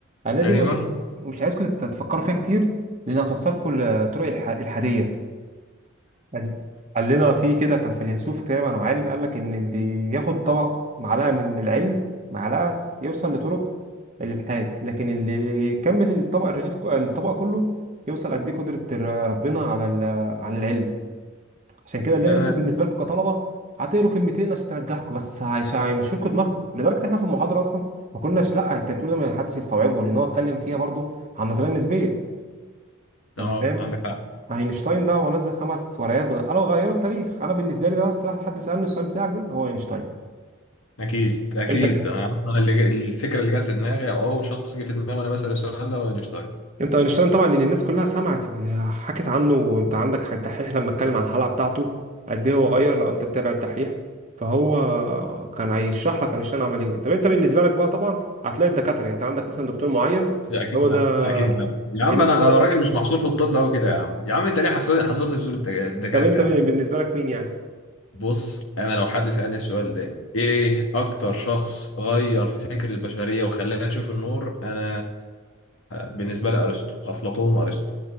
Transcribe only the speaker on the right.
قال لنا دي
ما- مش عايزكم تت- تفكروا فيها كتير لان هتوصلكم لطرق الح- الحاديه قال قال لنا في كده كان فيلسوف تقريبا او عالم قال لك ان اللي ياخد طبق معلقه من العلم معلقه يوصل لطرق الالحاد لكن اللي يكمل الطبق الرغيف ك- الطبق كله يوصل قد ايه قدره الر- ربنا على ال- عن العلم عشان كده قال
لنا انتوا بالنسبه لكم كطلبه هتقروا كلمتين عشان تنجحكم بس هيش- هيمشي لكم دماغكم لدرجه احنا في المحاضره اصلا ما كناش لا انت بتقول ما حدش يستوعبه لان هو اتكلم فيها برضو عن النظريه النسبيه انت
فاهم
اينشتاين ده هو نزل خمس ورقات غ- قالوا غيروا التاريخ انا بالنسبه لي ده الصراحه لحد سالني السؤال بتاعك ده هو اينشتاين
انت ك...
انت اينشتاين طبعا ان الناس كلها سمعت اللي حكت عنه وانت عندك حق- الدحيح لما اتكلم عن الحلقه بتاعته قد ايه هو غير لو انت بتابع الدحيح فهو كان هيشرح لك اينشتاين عمل ايه طب انت بالنسبه لك بقى طبعا هتلاقي الدكاتره يعني انت عندك مثلا دكتور معين
هو
ده
لان انت
درست
طب انت
بالنسبه لك مين يعني